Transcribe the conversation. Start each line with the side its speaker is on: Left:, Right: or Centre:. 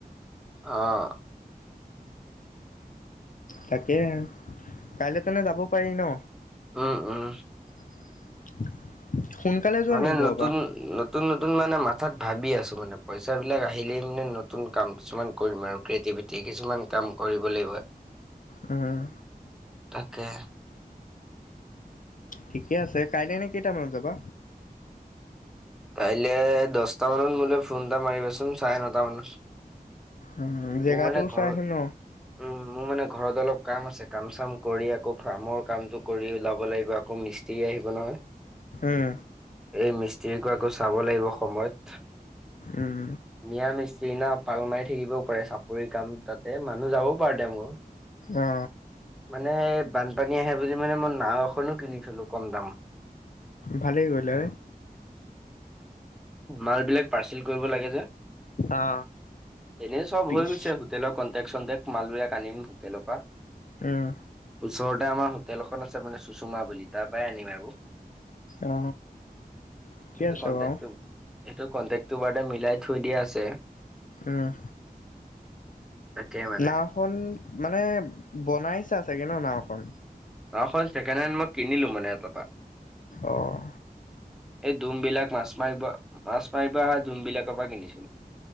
Centre: আহ
Left: তাকে কাইলে তেনে যাব পাৰি ন
Centre: উম উম।
Left: <inaudible> যোৱা
Centre: মানে
Left: নেকি ঘৰৰ
Centre: নতুন
Left: পৰা
Centre: নতুন নতুন মানে মা তাত ভাবি আছো মানে পইচা বিলাক আহিলেই মানে নতুন কাম কিছুমান কৰিম আৰু ক্ৰিয়েটিভিটি কিছুমান কাম <unintelligible> কাম কৰিব লাগিব
Left: উম
Centre: তাকে
Left: ঠিকে আছে কাইলে এনে কেইটামানত যাবা
Centre: কাইলৈ দশটা মানত মোলৈ ফোন এটা মাৰিবাচোন ছাৰে নটা মানত
Left: উম জেগাটোও
Centre: মোৰ মানে ঘৰ
Left: চাই আহিম ন
Centre: উম মোৰ মানে ঘৰত অলপ কাম আছে কাম চাম কৰি আকৌ ফাৰ্মৰ কামটো কৰি ওলাব লাগিব আকৌ মিস্ত্ৰী মিস্ত্ৰী আহিব নহয়
Left: উম
Centre: এই মিস্ত্ৰীকো আকৌ চাব লাগিব সময়ত
Left: উম
Centre: মিয়া মিস্ত্ৰী সি না পাল মাৰি থাকিবও পাৰে চাপৰি কাম তাতে মানুহ যাবও পাৰে দে মোৰ
Left: অ
Centre: মানে বানপানী আহে বুলি মানে মন নাও এখনো কিনি থলো কম দাম
Left: ভালেই কৰিলা
Centre: মাল বিলাক পাৰ্চেল কৰিব লাগে যে
Left: অ
Centre: এনেই চব
Left: পিছ
Centre: হৈ গৈছে হোটেলৰ ক ণ্টেক চন্টেক মালবিলাক আনিম হোটেলৰ পৰা
Left: উম
Centre: ওচৰতে আমাৰ হোটেল এখন আছে মানে সুষুমা বুলি তাত পাই আনিম আৰু সেইটো
Left: অ ঠিকে আছে
Centre: কন্টেকটো
Left: বাৰু
Centre: এইটো কণ্টেক্টটো বাৰু মিচলাই থৈ দিয়া আছে
Left: উম
Centre: তাকে মানে
Left: নাওখন মানে বনাইছা চাগে ন নাওখন
Centre: নাওখন ছেকেণ্ড হেণ্ড মই কিনিলো মানে এটাৰ পৰা।
Left: আহ
Centre: এই ডুম বিলাক মাছ মাৰিব মাছ মাৰিব আহে সেতঁৰ পৰা কিনিছিলোঁ